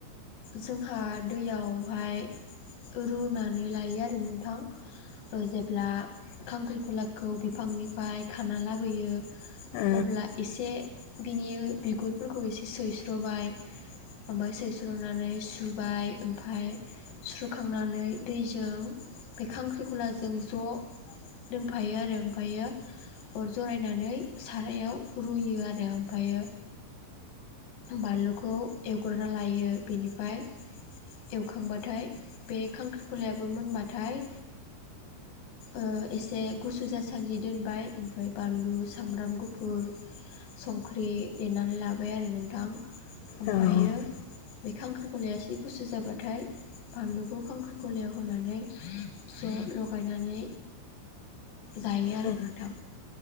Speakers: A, on the left; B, on the left.
A: जोंहा दैयावहाय रुनानै लायो आरो नोंथां। ओ जेब्ला खांख्रिखलाखौ बिफांनिफ्राय खाना लाबोयो
B: औ
A: अब्ला एसे बिनि बिगुरफोरखौ एसे सैस्र'बाय ओमफाय सैस्र'नानै सुबाय ओमफाय सुस्र'खांनानै दैजों बे खांख्रिखलाजों ज' दोनफायो आरो ओमफायो अर जरायनानै सारायाव रुयो आरो ओमफायो बानलुखौ एवग्रोना लायो। बेनिफाय एवखांबाथाय बे खांख्रिखलायाबो मोनबाथाय ओ एसे गुसु जासान्दि दोनबाय ओमफ्राय बानलु सामब्राम गुफुर संख्रि देनानै लाबाय आरो नोंथां। ओमफायो
B: औ
A: बे खांख्रिखलाया एसे गुसु जाबाथाय बानलुखौ खांख्रिखलायाव होनानै ज' लगायनानै जायो आरो
B: अ
A: नोंथां